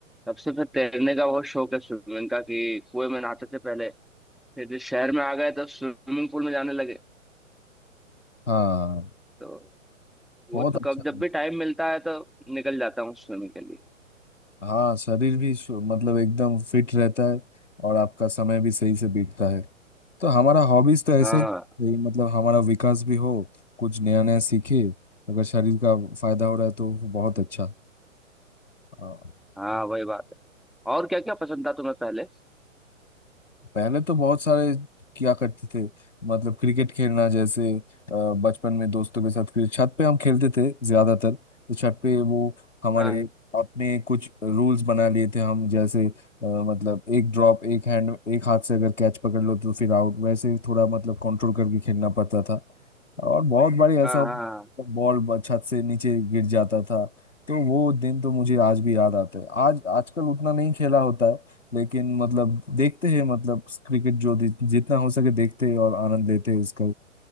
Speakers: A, in the centre; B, on the left.
A: तब से फिर तैरने का बहुत शौक है स्विमिंग का कि कुएं में नहाते थे पहले फिर जब शहर में आ गए तो स्विमिंग पूल में जाने लगे
B: हाँ
A: तो
B: बहुत
A: वो तो
B: अच्छा
A: कब जब भी टाइम मिलता है तो निकल जाता हूँ स्विमिंग के लिए
B: हाँ शरीर भी सु- मतलब एकदम फिट रहता है और आपका समय भी सही से बीतता है तो हमारा हॉबीज तो ऐसे
A: हाँ
B: ही मतलब हमारा विकास भी हो कुछ नया नया सीखे अगर शरीर का फायदा हो रहा है तो बहुत अच्छा हाँ
A: हाँ वही बात है और क्या क्या पसंद था तुम्हें पहले
B: पहले तो बहुत सारे किया करते थे मतलब क्रिकेट खेलना जैसे अ, बचपन में दोस्तों के साथ फिर छत पे हम खेलते थे ज्यादातर तो छत पे वो हमारे
A: हाँ
B: अपने कुछ रूल्स बना लिए थे हम जैसे अ, मतलब एक ड्रॉप एक हैंड एक हाथ से अगर कैच पकड़ लो तो फिर आउट वैसे थोड़ा मतलब कंट्रोल करके खेलना पड़ता था और बहुत बार ऐसा
A: हाँ
B: होता
A: हाँ हाँ।
B: था, बॉल ब- छत से नीचे गिर जाता था तो वो दिन तो मुझे आज भी याद आता है आज आजकल उतना नहीं खेला होता है लेकिन मतलब देखते हैं मतलब क्रिकेट जो जि- जितना हो सके देखते हैं और आनंद लेते हैं उसका